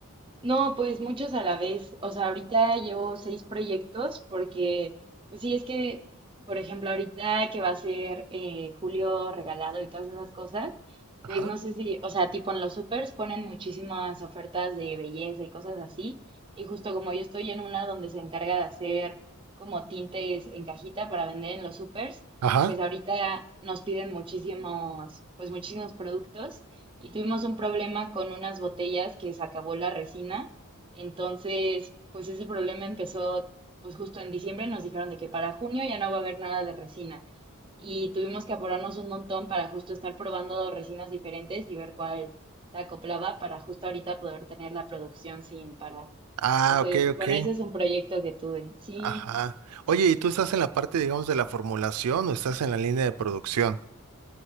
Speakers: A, on the right; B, on the right.
A: No, pues muchos a la vez. O sea, ahorita llevo seis proyectos porque, pues sí, es que, por ejemplo, ahorita que va a ser eh, julio regalado y todas esas cosas,
B: Ajá.
A: pues no sé si, o sea, tipo en los supers ponen muchísimas ofertas de belleza y cosas así. Y justo como yo estoy en una donde se encarga de hacer como tintes en cajita para vender en los supers,
B: Ajá.
A: pues ahorita nos piden muchísimos, pues muchísimos productos y tuvimos un problema con unas botellas que se acabó la resina. Entonces, pues ese problema empezó pues justo en diciembre, nos dijeron de que para junio ya no va a haber nada de resina. Y tuvimos que apurarnos un montón para justo estar probando resinas diferentes y ver cuál se acoplaba para justo ahorita poder tener la producción sin parar.
B: Ah,
A: Entonces,
B: ok, ok.
A: bueno, ese es un proyecto que tuve. Sí,
B: Ajá. Oye, ¿y tú estás en la parte, digamos, de la formulación o estás en la línea de producción?